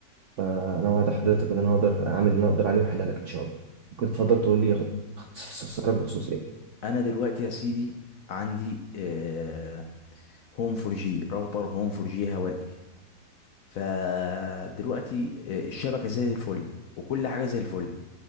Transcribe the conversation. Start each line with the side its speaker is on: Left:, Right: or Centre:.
Right: فانا وعد حضرتك ان انا هقدر اعمل اللي انا اقدر عليه واحلها لك ان شاء الله ممكن تفضل تقول لي غ- استفسارك بخصوص ايه
Left: انا دلوقتي يا سيدي عندي آه هوم فور جي راوتر هوم فور جي هوائي فدلوقتي آه الشبكة زي الفل وكل حاجة زي الفل